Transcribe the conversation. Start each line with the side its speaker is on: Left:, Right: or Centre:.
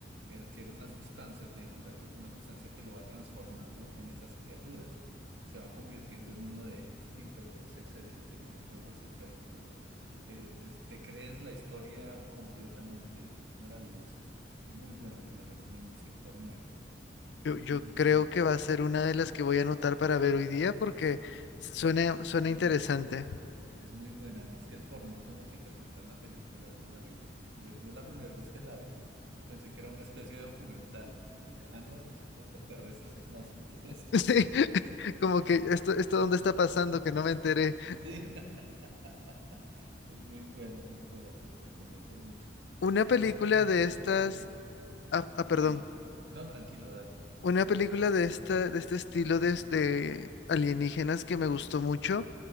Right: eh, adquiere una sustancia o tiene contacto con una sustancia que lo va transformando en esas criaturas. Se va convirtiendo en uno de ellos. Uy, pero es excelente el manejo de los efectos eh, es- te crees la historia completamente, es, es maravillosa, muy buena, te la recomiendo, Sector nueve
Left: Yo,
Right: muy,
Left: yo
Right: muy recomendada,
Left: creo que va a ser una de las que voy a anotar para ver hoy día porque
Right: sí,
Left: suena,
Right: es
Left: suena
Right: muy
Left: interesante.
Right: buena, es muy buena, además que el formato en el que presentan la película es maravilloso. Yo, yo la primera vez que la vi <laughs> pensé que era una especie de documental, y yo, ah, no, ya son extraterrestres, ¿cómo así? ¿Qué es esto?
Left: Sí, <laughs> como que esto, esto dónde está
Right: <laughs>
Left: pasando
Right: Sí, sí,
Left: que no me enteré.
Right: <laughs> Es muy buena, muy buena, te la recomiendo mucho.
Left: Una
Right: Y
Left: película
Right: tengo el sentimiento
Left: de estas,
Right: de las dos.
Left: ah, ah, perdón,
Right: Sí. No, tranquilo, dale.
Left: una película de esta, de este estilo de, de alienígenas que me gustó mucho,